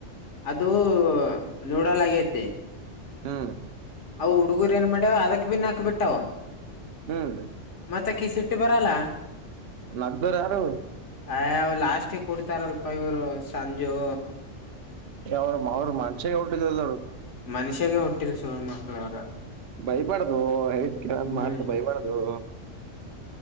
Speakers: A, on the left (about 70°); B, on the right (about 60°).
A: ಅದುೂ ನೂಡಲ್ ಆಗೈತಿ
B: ಹಾ
A: ಅವವು ಹುಡುಗುರು ಏನ್ ಮಾಡ್ಯ್ ಅದಕ್ಕೆಕ್ ಬಿನ್ಾಕಕ್ ಬಿಟ್ಟಾವ
B: ಹ್ಮ್
A: ಮತ ಕ ಸಿಟ್ಟಿ ಬರಲ್ಲ
B: ನಗದರ ಯಾರು
A: ಅ ಅವ್ ಲಾಸ್ಟಿಗೆ ಕುಡ್ತಾರಲ್ಪ ಇವ್ರು ಸಂಜು
B: ಯರು ಅವರು ಮಾಡ ಅೆ ಟರು
A: ಮನುಷ್ಯಾಗ ಹುಟ್ಟಿಲ್ ಸುಳ್ ಮಕ್ಳ ಅವ್ರ
B: ಬೈಬಾಡ್ದು ಹೇ ಕೇಳ
A: ಹ್ಮ್
B: ಮಾತ್ ಬೈಬಾರಡ್ದು